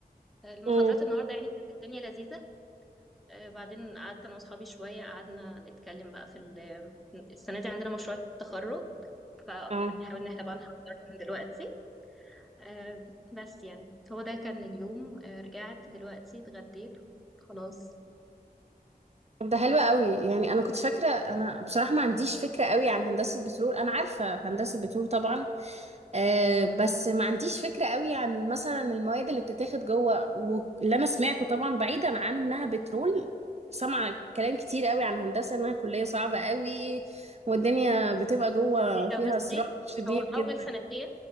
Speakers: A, in the centre; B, on the right.
A: المحاضرات
B: امم
A: النهارده يعني كانت الدنيا لذيذه آه، بعدين قعدت انا واصحابي شويه قعدنا نتكلم بقى في ال- السنه دي عندنا مشروع التخرج فبنحاول
B: اه
A: ان احنا بقى نحضره من دلوقتي آه، بس يعني هو ده كان اليوم آه، رجعت دلوقتي اتغديت وخلاص
B: طب ده حلو قوي يعني انا كنت فاكرة انا بصراحة ما عنديش فكرة قوي عن هندسة بترول انا عارفة هندسة بترول طبعا أه بس ما عنديش فكرة قوي عن مثلا المواد اللي بتتاخد جوه واللي انا سمعته طبعا بعيدا عن انها بترول سامعة كلام كتير قوي عن هندسة انها كلية صعبة قوي والدنيا بتبقى جوه فيها
A: هي بصي
B: صراع شديد
A: هو
B: جدا
A: اول سنتين
B: يعني